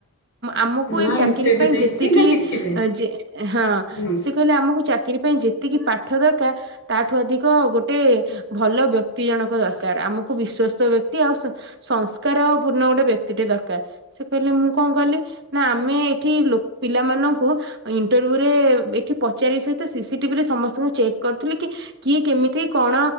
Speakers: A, on the right (about 50°); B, on the left (about 80°).
A: ଆମକୁ
B: ନା
A: ଏଇ ଚାକିରି
B: ଇଣ୍ଟରଭ୍ୟୁ
A: ପାଇଁ
B: ଦେଇଛି
A: ଯେତିକି
B: ନା କିଛି ପାଇଁ
A: ଯେ-ହଁ
B: ହୁଁ।
A: ସେ କହିଲେ ଆମକୁ ଚା ଚାକିରି ପାଇଁ ଯେତିକି ପାଠ ଦରକାର ତାଠୁ ଅଧିକ ଗୋଟେ ଭଲ ବ୍ୟକ୍ତି ଜଣକ ଦରକାର ଆମକୁ ବିଶ୍ଵସ୍ତ ବ୍ୟକ୍ତି ଆଉ ସଂସ୍କାର ପୂର୍ଣ୍ଣ ଗୋଟେ ବ୍ୟକ୍ତିଟେ ଦରକାର୍ ସେ କହିଲେ ମୁଁ କଣ କଲି ନା ଆମେ ଏଠି ଲ- ପିଲାମାନଙ୍କୁ ଇଣ୍ଟରବ୍ୟୁରେ ଏଠି ପଚାରିଆ ସହିତ ସିସିଟିଭି ରେ ସମସ୍ତଙ୍କୁ ଚେକ୍ କରୁଥିଲୁ କି କିଏ କେମିତି କଣ?